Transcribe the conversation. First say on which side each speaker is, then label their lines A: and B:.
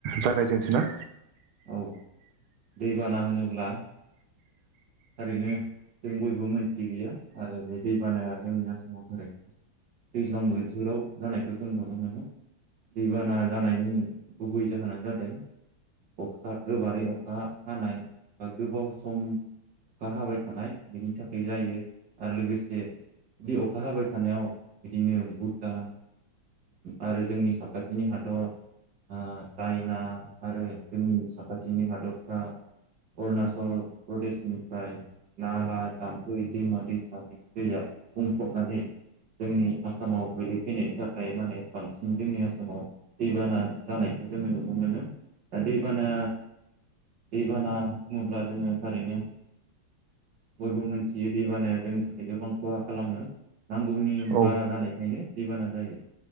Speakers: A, on the right; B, on the right.
A: जागायजेनसै ना?
B: औ दैबाना होनोब्ला थारैनो जों बयबो मोनथि गैया आरो बे दैबानाया जोंनि आसामाव दैज्लां बोथोराव जानायखौ जों नुनो मोनो दैबाना जानायनि गुबै जाहोनानो जादों अखा गोबारै अखा हानाय बा गोबाव सम अखा हाबाय थानाय बिनि थाखाय जायो आरो लोगोसे बि अखा हाबाय थानायाव बिदिनो भुटान आरो जोंनि साखाथिनि हादर ओ चाइना आरो जोंनि साखाथिनि हादरफ्रा अरुनाचल प्रदेश ओमफाय नाला जामफै दैमा दैसानि दैया बुंफबनानै जोंनि आसामाव गोगलैफैनायनि थाखाय माने बांसिन जोंनि आसामाव दैबाना जानायखौ जोङो नुनो मोनो दा दैबाना दैबाना बुङोब्ला जोङो थारैनो बयबो मोनथियो दैबानाया जोंनि थाखाय गोबां खहा खालामो नांगौनि
A: औ
B: बारा जानायखायनो दैबाना जायो